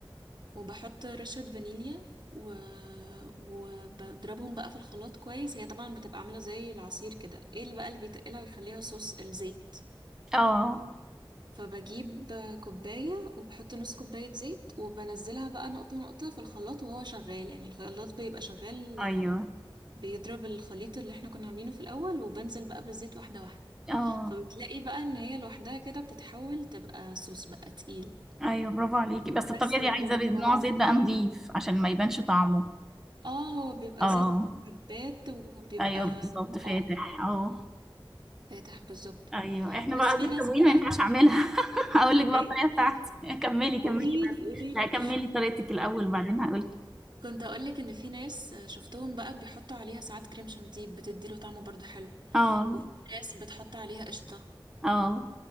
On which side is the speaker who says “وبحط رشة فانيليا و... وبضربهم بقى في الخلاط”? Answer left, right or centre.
Right